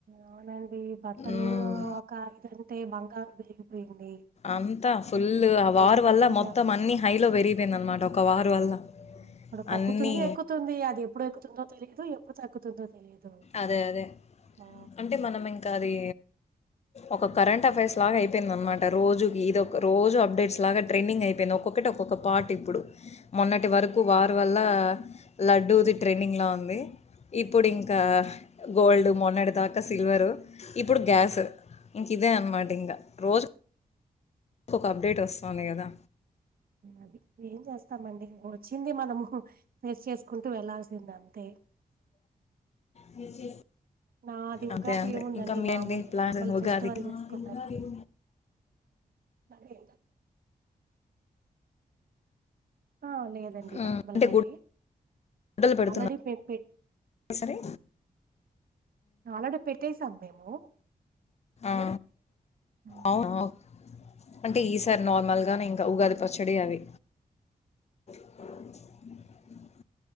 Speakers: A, on the right; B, on the left.
A: అవునండి బట్టలు
B: మ్మ్.
A: ఒక ఐదంటే బంగారు పెరిగిపోయింది
B: అంతా ఫుల్
A: ఉమ్, ఇప్పుడు
B: ఆ వార్
A: ఈ కొత్తగా
B: వల్ల మొత్తం అన్నీ హైలో పెరిగిపోయింది అనమాట ఒక వార్
A: ఆ
B: వల్ల.
A: ఇప్పుడు తగ్గుతుంది
B: అన్నీ
A: ఎక్కుతుంది అది ఎప్పుడు ఎక్కుతుందో తెలియదు ఎప్పుడు తగ్గుతుందో తెలియదు
B: అదే అదే
A: ఆ
B: అంటే మనం ఇంకా అది ఒక కరెంట్ అఫైర్స్ లాగా అయిపోయింది అన్నమాట రోజుకి ఇదొ రోజు అప్డేట్స్ లాగా ట్రేండింగ్ అయిపోయింది ఒక్కొక్కటి ఒక్కొక్క పార్ట్ ఇప్పుడు. మొన్నటి వరకు వార్ వల్ల లడ్డూది ట్రెండింగ్లా ఉంది ఇప్పుడు ఇంకా గోల్డ్ మొన్నటి దాకా సిల్వరు ఇప్పుడు గ్యాస్ ఇంక ఇదే అనమాట ఇంకా రోజు కో ఒక అప్డేట్ వస్తుంది కదా
A: అది ఏం చేస్తామండి ఇ వచ్చింది మనము ఫేస్ చేసుకుంటూ వెళ్లాల్సింది అంతే
B: గెస్ చెస్
A: నాది
B: అంతే
A: ఉగాది
B: అంతే
A: ఏముందండి
B: ఇంకాంలేంటి
A: మామూలే
B: ప్లాన్
A: నార్మల్
B: ఉగాదికి
A: ఫెస్టివల్
B: ఆలోచించు
A: చేసుకున్నట్టే అదే. ఆ లేదండి
B: ఉమ్,
A: నార్మల్గానే
B: అంటే గుడ్డలు పెడుతున్నారు
A: ఆల్రెడీ పెంపట్.
B: సరే
A: ఆల్రెడీ పెట్టేసాం మేము.
B: అ
A: ఉ
B: అవు అవు అంటే ఈసారి నార్మల్గానే ఇంకా ఉగాది పచ్చడి అవి. <inaudible>